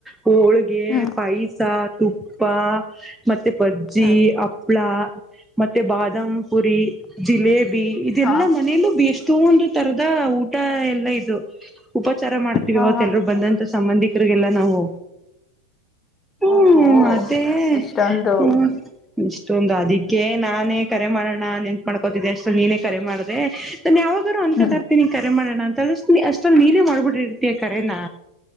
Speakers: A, in the centre; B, on the left.
A: ಹೋಳ್ಗೆ
B: ಹ್ಮ್
A: ಪಾಯಸ ತುಪ್ಪ ಮತ್ತೆ ಬಜ್ಜಿ
B: ಹ್ಮ್
A: ಹಪ್ಳ ಮತ್ತೆ ಬಾದ್ ಪುರಿ ಜಿಲೇಬಿ ಇದೆಲ್ಲಾ
B: ಹ
A: ಮನೇಲ್ಲೂ ಎಷ್ಟೊಂದು ತರದ ಊಟ ಎಲ್ಲಾ ಇದು ಉಪಚಾರ ಮಾಡ್ತೀವಿ
B: ಹ
A: ಅವತ್ತಲ್ರರು
B: ಹ
A: ಬಂದಂತ ಸಂಬಂಧಿಕ ಲ್ಲ ನಾವು ಹ್ಮ್
B: ಓಹೋ
A: ಅದೇ
B: ಇಷ್ಟೊಂದು
A: ಹ್ಮ ಇಷ್ಟೊಂದು ಅದಿ ೇ ನಾನೇ ಕರೆ ಮಾಡೋಣ ನೆನ್ತ್ ಮಾಡ್ಕೋತಿದ್ದೆ ಅಷ್ಟು ನೀನೇ ಕರೆ ಮಾಡ್ದೆ ನನ್ನೆ ಯಾವ ರು ಅನ್ಕತರ್ತಿ
B: ಹ್ಮ್
A: ಕರೆ ಮಾಡೋಣ ಅಂತ ಅ ಅಷ್ಟಲ್ಲಿ ನೀನೇ ಮಾಡ್ಬಿಟ್ಟಿರ್ತೀಯ ಕರೆನಾ